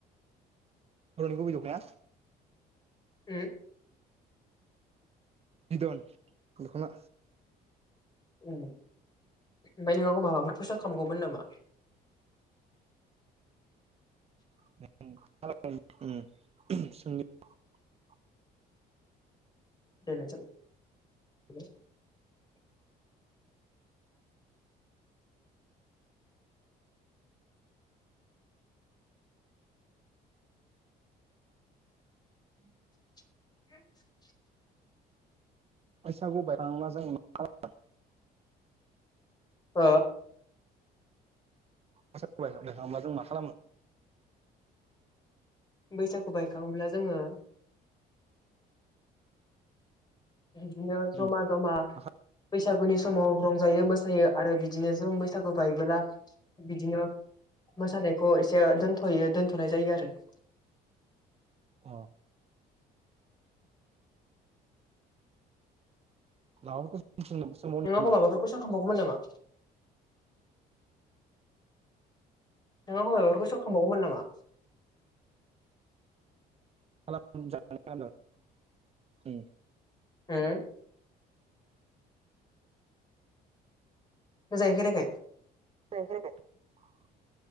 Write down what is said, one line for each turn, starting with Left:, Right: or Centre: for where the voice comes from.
Right: बर'नि गुबै दख'नाया
Left: उम
Right: बिदन दख'ना
Left: उम ओमफ्राय नों आंखौ माबाफोर कुइसन खालामगौमोन नामा?
Right: <unintelligible>
Left: <unintelligible> <unintelligible>
Right: फैसाखौ बायलांला जोंङो मा <unintelligible>
Left: हो
Right: <unintelligible> जों मा खालामो
Left: बैसागु बायखाङोब्ला जोङो बिदिनो
Right: उम
Left: जमा जमा
Right: अ
Left: बैसागुनि समाव रंजायो मोसायो आरो बिदिनो जों बैसागु बायोबोला बिदिनो मोसानायखौ एसे दोनथ'यो दोनथ'नाय जायो आरो। <inaudible>
Right: अ <unintelligible>
Left: नोंङो एखमबा माबाफोर कुइसन खालामबावगौमोन नामा नों हबा बेफोरखौ सोंखांबावगौमोन नामा?
Right: खालाम <unintelligible> उम
Left: अ दे मोजायै खोनायाखै
Right: <inaudible>